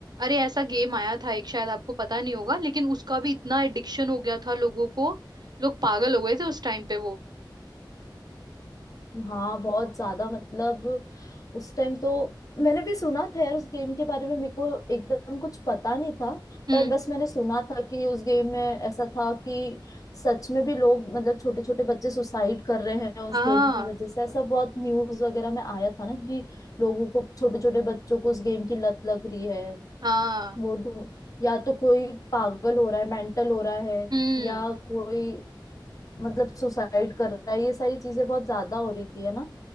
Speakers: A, on the right (about 55°); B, on the left (about 45°).
A: अरे ऐसा गेम आया था एक शायद आपको पता नहीं होगा लेकिन उसका भी इतना एडिक्शन हो गया था लोगों को लोग पागल हो गए थे उस टाइम पे वो
B: हाँ बहुत ज्यादा मतलब उस टाइम तो मैंने भी सुना था यार उस गेम के बारे में मेरे को एकदम कुछ पता नहीं था
A: हम्म
B: पर बस मैंने सुना था कि उस गेम में ऐसा था कि सच में भी लोग मतलब छोटे छोटे बच्चे सुसाइड कर रहे हैं उस
A: हाँ
B: गेम की वजह से ऐसा बहुत न्यूज वगैरह में आया था ना कि लोगों को छोटे छोटे बच्चों को उस गेम की लत लग रही है
A: हाँ
B: वो ढूंढ या तो कोई पागल हो रहा है मेंटल हो रहा है
A: हम्म
B: या कोई मतलब सुसाइड कर रहा है ये सारी चीजें बहुत ज्यादा हो रही थी है ना